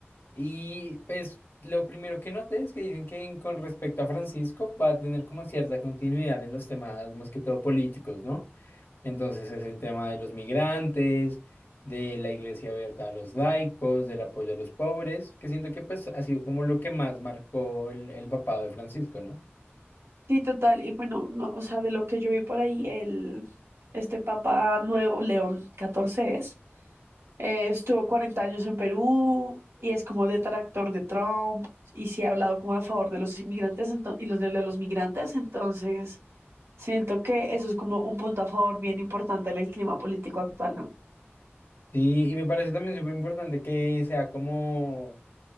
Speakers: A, on the left; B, on the right.
A: y pues lo primero que noté es que dicen que en- con respecto a Francisco va a tener como cierta continuidad en los temas más que todo políticos, ¿no? Entonces es el tema de los migrantes, de la iglesia abierta a los laicos, del apoyo a los pobres, que siento que pues ha sido como lo que más marcó el, el papado de Francisco, ¿no?
B: Sí, total. Y bueno, no, o sea, de lo que yo vi por ahí, el, este papa nuevo, León catorce es, eh, estuvo 40 años en Perú y es como detractor de Trump y sí ha hablado como a favor de los inmigrantes ento- y los de, de los migrantes. Entonces, siento que eso es como un punto a favor bien importante en el clima político actual, ¿no?
A: Sí, y me parece también súper importante que sea como